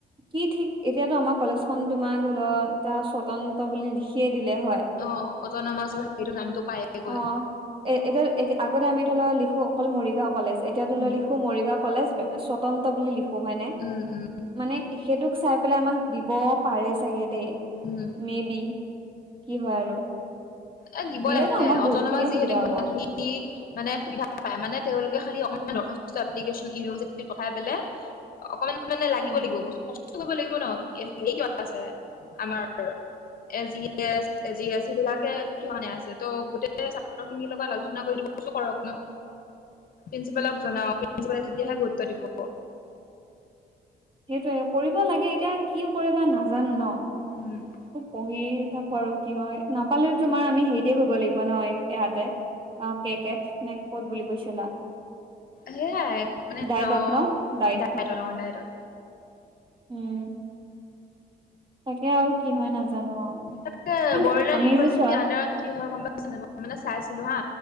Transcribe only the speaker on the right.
কি ঠিক এতিয়াতো আমাৰ কলেজখন তোমাৰ ধৰি লোৱা, এটা স্বতন্ত্ৰ বুলি লিখিয়ে দিলে হয়।
অ এ এতিয়া এতিয়া আগতে আমি ধৰি লোৱা লিখো অকল মৰিগাঁও কলেজ এতিয়া ধৰি
লও লিখো মৰিগাঁও কলেজ এ স্বতন্ত্ৰ বুলি লিখো হয় নে?
মানে সেইটোক চাই পেলাই আমাক দিব পাৰে চাগে দে,
মেবি। কি হয় আৰু।
দিলেতো
আমাৰ বহুত
খিনিয়ে
সুবিধা
হ'ব
উম
সেইটোৱে কৰিব লাগে, এতিয়া কিয় কৰিবা নাজানো ন'।
পঢ়িয়ে থাকো আৰু কি হয়, নাপালেতো তোমাৰ আমি হেৰিতে কৰিব লাগিব ন', ইয়াতে। অ', কে কেত <unintelligible> বুলি কৈছিলা।
ডায়েটত
ডায়েটখন
উম, তাকে আৰু কি হয় নাজানো। আৰু
মানে
আমি
যে চোৱা